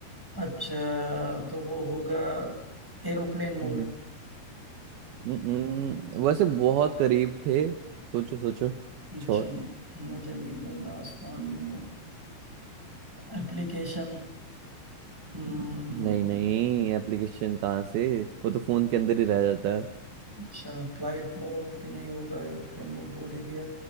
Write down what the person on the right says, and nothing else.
हम्म, हम्म, हम्म, वैसे बहुत करीब थे सोचो सोचो
छोर
नहीं नहीं एप्लीकेशन कहाँ से वो तो फोन के अंदर ही रह जाता है